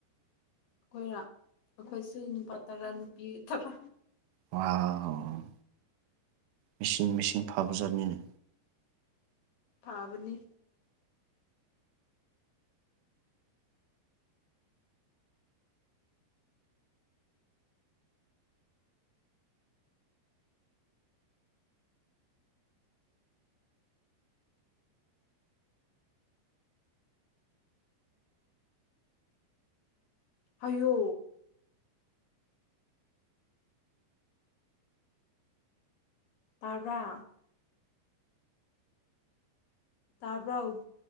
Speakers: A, on the left; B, on the right.
A: ꯑꯩꯈꯣꯏꯔꯣ ꯑꯩꯈꯣꯏꯁꯨ ꯅꯨꯄꯥ ꯇꯔꯥ ꯅꯨꯄꯤ ꯇꯔꯥ
B: ꯋꯥꯎ ꯃꯤꯁꯤꯡ ꯃꯤꯁꯤꯡ ꯐꯕꯖꯥꯠꯅꯤꯅꯦ
A: ꯐꯥꯕꯅꯤ ꯍꯥꯏꯌꯣ ꯇꯥꯔꯥ ꯇꯥꯕ꯭ꯔꯥꯎ